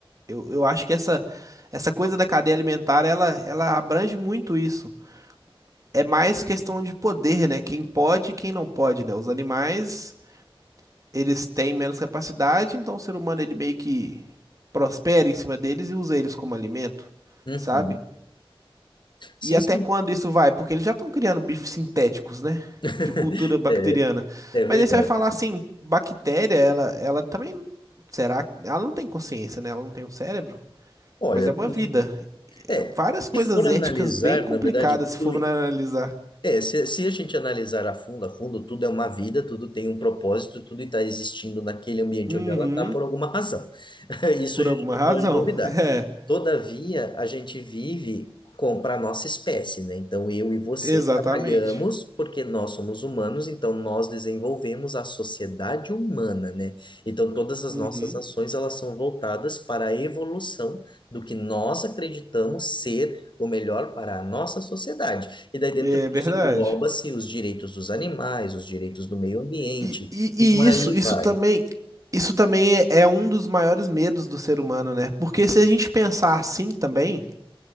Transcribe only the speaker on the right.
Eu, eu acho que essa, essa coisa da cadeia alimentar, ela, ela abrange muito isso. É mais questão de poder, né? Quem pode e quem não pode, né? Os animais. eles têm menos capacidade, então o ser humano ele meio que prospera em cima deles e usa eles como alimento,
sabe?
E até
quando isso vai? Porque eles já estão criando bifes sintéticos, né?
De cultura bacteriana.
Mas aí você vai falar assim, bactéria, ela, ela também, será? Ela não tem consciência, né? Ela não tem um cérebro.
Mas é uma
vida. É
várias coisas
éticas bem complicadas
se for analisar.
Uhum,
por
alguma
razão.
<laughs> É,
exatamente.
Uhum,
é
verdade.
E, e,
e isso,
isso
também, isso também é, é um dos maiores medos do ser humano, né? Porque se a gente pensar assim também,